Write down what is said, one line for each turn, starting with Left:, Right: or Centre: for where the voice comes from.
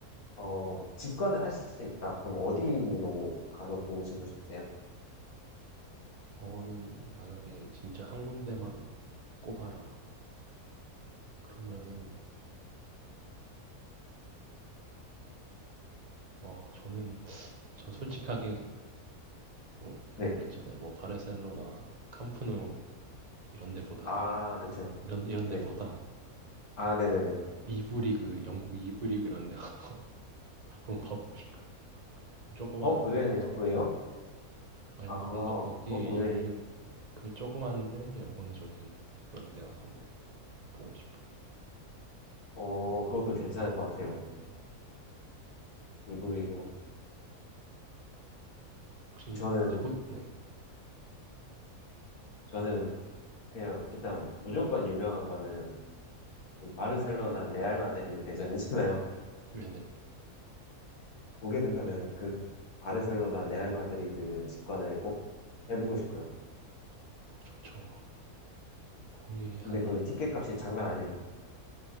Left: 어 직관을 하실 수 있다. 그럼 어디로 가서 보시고 싶으세요?
Right: 저는 만약에 진짜 한 군데만 꼽아라 그러면은 어 저는 전 솔직하게 뭐 그런
Left: 네.
Right: 거 있잖아요. 뭐 바르셀로나, 캄프누 이런 데보다
Left: 아, 그쵸.
Right: 이런 이런
Left: 네.
Right: 데보다
Left: 아, 네네네.
Right: 이부 리그, 영국 이부 리그 이런 데 <laughs> 한번 봐보고 싶어요. 조그마한
Left: 어, 의외네요.
Right: 데 가가지고.
Left: 왜요?
Right: 아, 그냥
Left: 아,
Right: 뭔가 거기에
Left: 어, 의외.
Right: 열, 그 조그만데 열광적인 그런 데 가서 한번 보고 싶어요.
Left: 어, 그것도 괜찮을
Right: 음,
Left: 것 같아요.
Right: 네.
Left: 이브리그.
Right: 혹시
Left: 저는,
Right: 가보, 네.
Left: 저는 그냥 일단 무조건 유명한 거는 바르셀로나, 레알 마드리드 대전이잖아요. <laughs>
Right: 네네.
Left: 보게 된다면 그 바르셀로나, 레알 마드리드 직관을 꼭 해보고 싶어요.
Right: 어, 좋죠. 거의 한,
Left: 근데 그 티켓 값이 장난 아니에요.